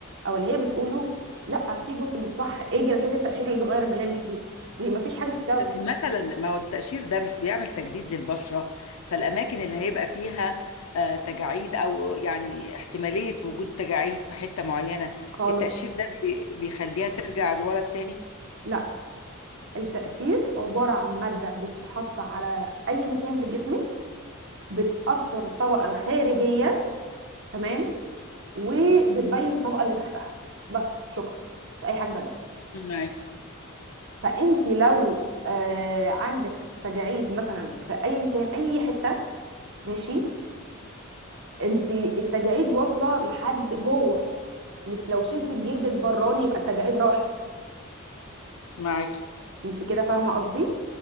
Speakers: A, on the right; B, on the left.
A: او اللي هي بتقوله لا في جزء مش صح ايه جلسات التقشير اللي تغير الملامح دي دي ما فيش حاجه في الكوكب
B: بس مثلا ما هو التقشير ده مش بيعمل تجديد للبشرة فالأماكن اللي هيبقى فيها آه، تجاعيد أو يعني احتمالية وجود تجاعيد في حتة معينة
A: خالص
B: التقشير ده بي- بيخليها ترجع لورا تاني
A: لا التقشير عبارة عن مادة بتتحط على أي مكان في جسمك بتقشر الطبقة الخارجية تمام وبتبين الطبقة اللي تحتها بس شكرا مش أي حاجة تانية
B: معاكي
A: فأنت لو آه عندك تجاعيد مثلا في أيا كان أي حتة ماشي أنت التجاعيد واصلة لحد جوه مش لو شلت الجلد البراني يبقى التجاعيد راحت
B: معاكي
A: أنت كده فاهمة قصدي؟